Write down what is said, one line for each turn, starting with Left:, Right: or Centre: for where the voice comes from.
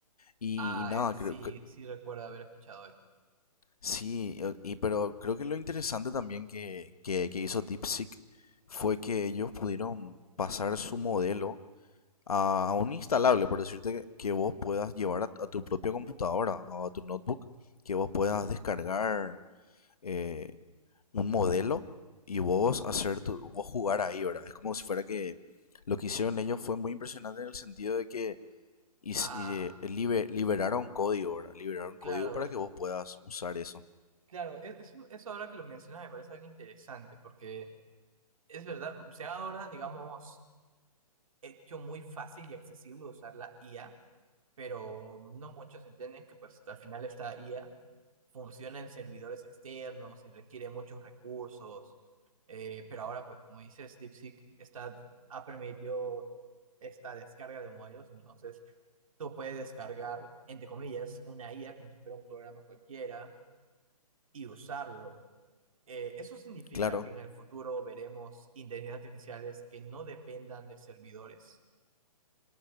Left: Y,
Right: Ah,
Left: y nada,
Right: eh, sí,
Left: creo que
Right: sí recuerdo haber escuchado eso.
Left: sí, eh, y, pero creo que lo interesante también que, que, que hizo DeepSeek fue que ellos pudieron pasar su modelo a, a un instalable, por decirte que, que vos puedas llevar a, a tu propia computadora o a tu notebook, que vos puedas descargar eh, un modelo y vos hacer tu, vos jugar ahí, ¿verdad? Es como si fuera que lo que hicieron ellos fue muy impresionante en el sentido de que y,
Right: Ah,
Left: y, eh, libe- liberaron código, ¿verdad? Liberaron
Right: claro,
Left: código para que vos puedas usar eso.
Right: claro, e- eso, eso ahora que lo mencionas me parece algo interesante porque Es verdad, se ha ahora, digamos, hecho muy fácil y accesible usar la IA, pero no muchos entienden que pues al final esta IA funciona en servidores externos y requiere muchos recursos, eh, pero ahora pues como dices, DeepSeek está, ha permitido esta descarga de modelos, entonces tú puedes descargar, entre comillas, una IA como si fuera un programa cualquiera y usarlo. Eh, eso significa
Left: Claro.
Right: que en el futuro veremos inteligencias artificiales que no dependan de servidores.